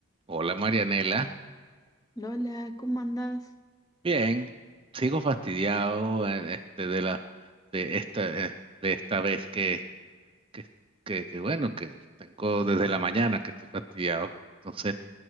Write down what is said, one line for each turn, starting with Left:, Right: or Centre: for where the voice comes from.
Right: Hola Marianela,
Left: Lola, ¿cómo andás?
Right: bien, sigo fastidiado eh, este, de la de esta eh, de esta vez que, que, que, que, bueno que tengo desde la mañana que estoy fastidiado, entonces